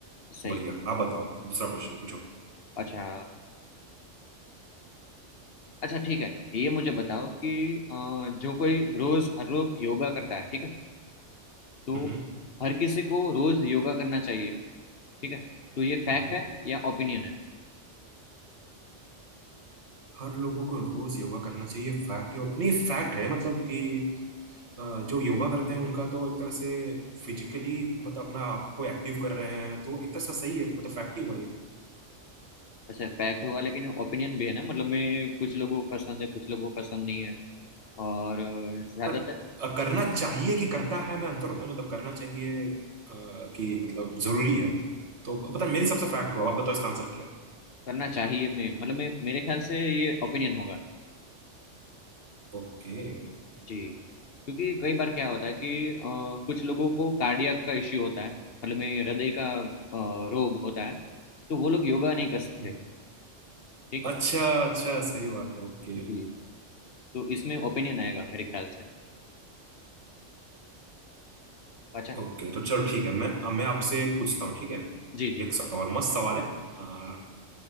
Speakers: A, on the left; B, on the right.
A: सही
B: बढ़िया
A: है। सही
B: आप बताओ
A: है।
B: दूसरा क्वेश्चन पूछो
A: अच्छा अच्छा ठीक है ये मुझे बताओ कि अ, जो कोई रोज हर रोज योगा करता है ठीक है तो
B: हम्म
A: हर किसी को रोज योगा करना चाहिए ठीक है तो ये फैक्ट
B: हम्म।
A: है या ओपिनियन है
B: हर लोगों को रोज योगा करना चाहिए फैक्ट है नहीं फैक्ट है मतलब कि अ, जो योगा करते हैं उनका तो एक तरह से फिजिकली मतलब अपना आपको एक्टिव कर रहे हैं तो एक तरह से सही है मतलब फैक्ट ही हुआ
A: अच्छा फैक्ट हुआ लेकिन ओपिनियन भी है ना मतलब मैं कुछ लोगों को पसंद है कुछ लोगों को पसंद नहीं है और अ, ज्यादातर
B: पर अ, करना चाहिए कि करता है में अंतर होता है मतलब करना चाहिए अ, कि मतलब जरूरी है तो पता नहीं, मेरी सबसे फैक्ट हुआ आप बताओ इसका आंसर क्या है
A: करना चाहिए मैं मतलब मैं मेरे ख्याल से ये ओपिनियन होगा
B: ओके हम्म।
A: जी क्योंकि कई बार क्या होता है कि अ, कुछ लोगों को कार्डियक का इश्यू होता है मतलब में हृदय का अ, रोग होता है तो वो लोग योगा नहीं कर सकते
B: हम्म।
A: ठीक
B: अच्छा
A: है
B: अच्छा सही बात है ओके
A: जी तो इसमें ओपिनियन आएगा मेरे ख्याल से अच्छा
B: ओके तो चलो ठीक है मैं अब मैं आपसे पूछता हूँ ठीक है
A: जी जी
B: एक सवाल मस्त सवाल है आ,